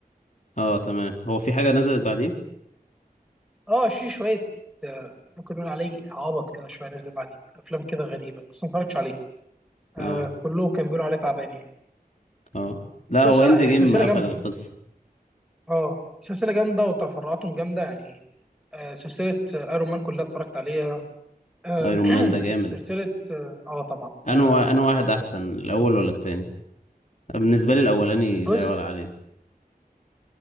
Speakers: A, on the left; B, in the centre.
A: اه تمام هو في حاجه نزلت بعديه
B: أه في شوية آه، ممكن نقول عليه عبط كده شوية نزل بعديه أفلام كده غريبة بس ما اتفرجتش عليه آه
A: اه
B: كله كان بيقولوا عليه تعبان يعني
A: اه لا هو
B: بس
A: اند
B: لا
A: جيم
B: هي سلسلة
A: قفل
B: جامدة
A: القصه
B: أه سلسلة جامدة وتفرعاتهم جامدة يعني آه سلسلة أيرون مان كلها اتفرجت عليها آه
A: ايرون مان ده جامد
B: <clears throat> سلسلة أه آه، طبعا
A: انا
B: آه
A: انا واحد احسن الاول ولا التاني بالنسبه لي الاولاني لا
B: جزء
A: يعلى عليه